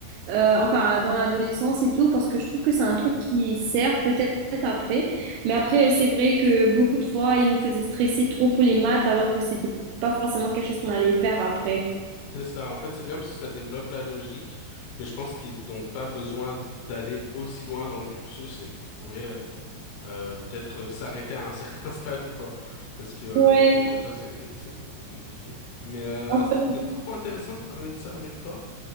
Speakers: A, on the right; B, on the left.
A: euh, enfin dans l'adolescence et tout, parce que je trouve que c'est un truc qui sert peut-être après. Mais après, euh, c'est vrai que beaucoup de fois, ils nous faisaient stresser trop pour les maths, alors que c'était pas forcément quelque chose qu'on allait faire après.
B: C'est ça. En fait, c'est bien parce que ça développe la logique, mais je pense qu'ils n'ont pas besoin d'aller aussi loin dans le cursus et qu'ils pourraient euh, euh, peut-être euh, s'arrêter à un <laughs> certain stade, quoi. Parce que euh,
A: Ouais,
B: des fois, c'est com- c'est c'est compliqué. Mais euh,
A: enfin,
B: c'était trop intéressant de parler de ça avec toi.